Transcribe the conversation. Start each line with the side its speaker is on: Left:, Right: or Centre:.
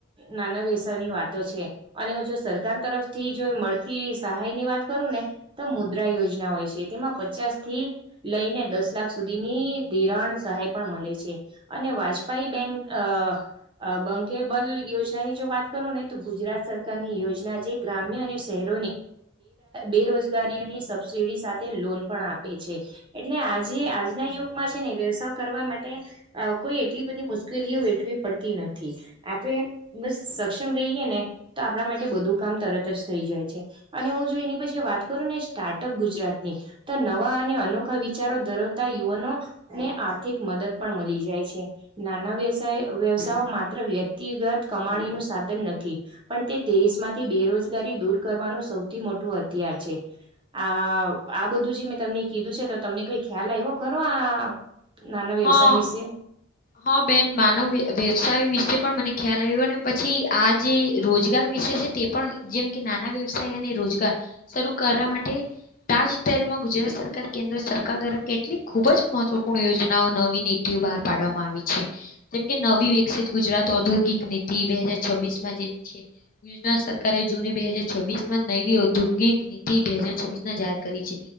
Right: નાના વ્યસની વાતો છે, અને જો સરકાર તરફ. તરફથી જો મળતી સહાય ની વાત કરું ને તો મુદ્રા યોજના હોય છે, તેમાં પચાસ.. થી લઈને દસ લાખ સુધીની ધિરાણ સહાય પણ મળે છે, અને વાજપાય બેંક. બેંક અ. બંકેબલ યોજનાની જો વાત કરો ને તો ગુજરાત સરકારની યોજના જે ગ્રામ્ય અને શહેર. બેરોજગારીની સબસિડી સાથે લોન. પણ આપે છે, એટલે આજે આજના યુગમાં છે, ને વ્યવસાય કરવા માટે કોઈ એટલી. બધી મુશ્કેલીઓ વેઠવી પડતી નથી આપણે બસ સક્ષમ રહીએ ને તો આપણા માટે. બધું કામ તરત જ થઈ જાય છે, અને હું જો એની પછી વાત. કરું ને સ્ટાર્ટઅપ ગુજરાતની તો નવા. અને અનોખા વિચારો ધરાવતા યુવાનો ને આર્થિક મદદ પણ મળી જાય છે, નાના વ્યવસાય માત્ર વ્યક્તિગત કમાણી નું સાધન નથી, પણ તે દેશમાંથી. બેરોજગારી દૂર કરવાનું સૌથી મોટું હથિયાર છે, આ આ બધું. જો મેં તમને કીધું છે, તો તમને કંઈ ખ્યાલ આવ્યો, ખરો આ નાના વ્યવસાય
Left: હા
Right: વિશે‌.
Left: હા બેન માનવ વ્યવસાય વિશે પણ મને ખ્યાલ આવ્યો અને પછી આ જે રોજગાર વિષે છે, તે પણ જેમ કે નાના વ્યવસાય અને રોજગાર. શરૂ કરવા માટે તાજેતરમાં. ગુજરાત સરકાર કેન્દ્ર સરકાર દ્વારા કેટલીક ખુબ જ મહત્વપૂર્ણ યોજનાઓ નવી નીતિઓ બહાર પાડવામાં આવી છે. જેમ કે નવી વિકસિત ગુજરાત ઔદ્યોગિક નીતિ બે હજાર છવ્વીસ માં જે છે, વેના સરકારે જૂને બે હાજર છવ્વીસ માં નવી ઔદ્યોગિક નીતિ બે હાજર છવ્વીસ ના જાહેર કરી છે.